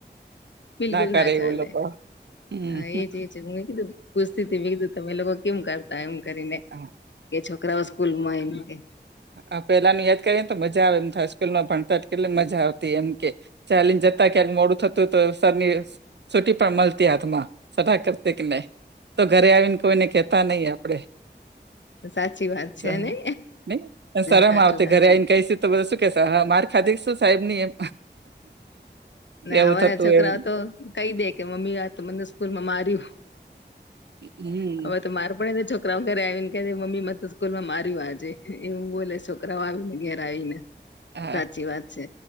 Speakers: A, on the left; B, on the right.
A: બિલકુલ
B: કરે
A: ના ચાલે
B: એવું લોકો હમ
A: હા એજ એજ હું એ કીધું પુસ્થી તી તમે લોકો કેમ કરતા એમ કરીને
B: હા
A: કે છોકરાઓ સ્કૂલ માં એમ
B: આ પેલાની યાદ કરીએ ને તો મજા આવે એમ થાય સ્કૂલ માં ભણતા કેટલી મજા આવતી એમ કે ચાલીને જતા ક્યાંરેક મોડું થતું તો સરની સુટી પણ મળતી હાથમાં સટાક <unintelligible> તો ઘરે આવીને કોઈને કહેતા નહીિ આપડે
A: સાચી વાત. છે
B: સ
A: ને
B: નહી પણ સરમ
A: સાચું
B: આવતી
A: સાચું
B: ઘરે આવીને કઈ તો બધા શું કેસા હ મારી ખાધ શું સાહેબ ની એમ.
A: ને
B: એવું
A: હવાના
B: થતું
A: છોકરાઓ
B: એમ
A: તો કહી દે કે મમ્મી આ તો મને સ્કૂલ માં માર્યું.
B: હમ
A: હવે તો મારે પડે ને તો છો છોકરાઓ ઘરે આવીને કે મમ્મી મ તો સ્કૂલ માં માર્યું આજે એવું બોલે છોકરાઓ આવી ને ઘર આવીને
B: હા
A: સાચી વાત છે